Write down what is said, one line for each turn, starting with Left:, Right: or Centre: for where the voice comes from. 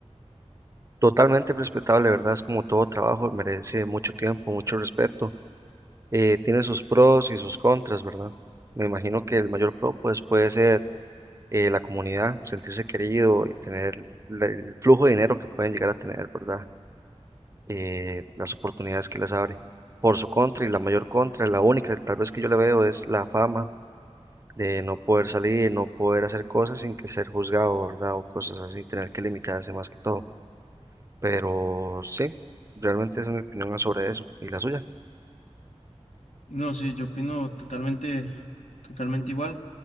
Right: Totalmente respetable, ¿verdad? Es como todo trabajo, merece mucho tiempo, mucho respeto. Eh, tiene sus pros y sus contras, ¿verdad? Me imagino que el mayor pro, pues, puede ser eh, la comunidad, sentirse querido y tener la- el flujo de dinero que pueden llegar a tener, ¿verdad? Eh, las oportunidades que les abre. Por su contra y la mayor contra, la única tal vez que yo le veo es la fama de no poder salir, no poder hacer cosas sin que ser juzgado, ¿verdad? O cosas así, tener que limitarse más que todo. Pero sí, realmente esa es mi opinión sobre eso y la suya.
Left: No, sí, yo opino totalmente, totalmente igual.